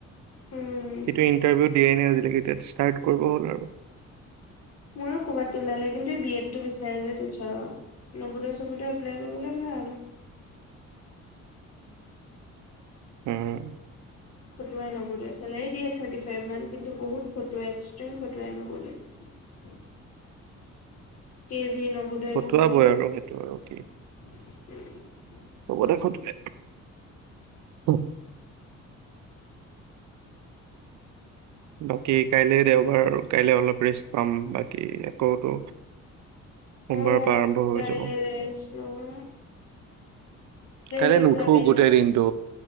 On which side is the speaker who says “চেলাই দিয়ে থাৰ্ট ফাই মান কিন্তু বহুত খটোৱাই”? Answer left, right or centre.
Left